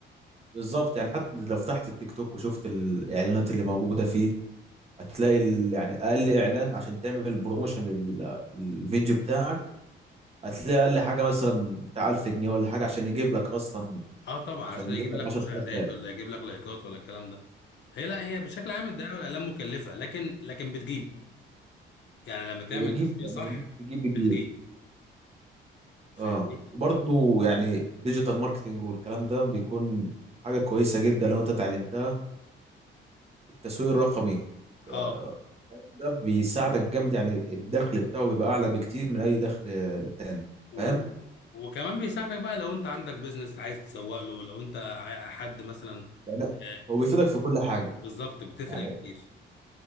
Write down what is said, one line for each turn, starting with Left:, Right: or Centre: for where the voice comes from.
Right: بالظبط يعني حتى لو فتحت التيك توك وشفت الاعلانات اللي موجوده فيه هتلاقي ال- يعني اقل اعلان عشان تعمل بروموشن لل- للفيديو بتاعك هتلاقي اقل حاجه مثلا بتاع 1000 جنيه ولا حاجه عشان يجيب لك اصلا
Left: اه طبعا
Right: عشان
Left: عشان
Right: يجيب
Left: يجيب لك
Right: لك 10000
Left: مشاهدات
Right: لايك
Left: ولا يجيب لك لايكات ولا الكلام ده هي لا هي بشكل عام الدعايه والاعلام مكلفه لكن لكن بتجيب يعني لما تعمل
Right: بتجيب
Left: تسويق
Right: يعني
Left: صح
Right: ممكن تجيب بتجيب
Left: بتجيب فاهمني
Right: اه وبرضه يعني الديجيتال ماركتنج والكلام ده بيكون حاجه كويسه جدا لو انت اتعلمتها التسويق الرقمي آه،
Left: اه
Right: ده بيساعدك جامد يعني الدخل بتاعه بيبقى اعلى بكتير من اي دخل آه، تاني
Left: و...
Right: فاهم
Left: وكمان بيساعدك بقى لو انت عندك بيزنس عايز تسوق له لو انت ع- حد مثلا
Right: يعني
Left: آه،
Right: هو بيفيدك في كل حاجه
Left: بالظبط بتفرق
Right: يعني
Left: كتير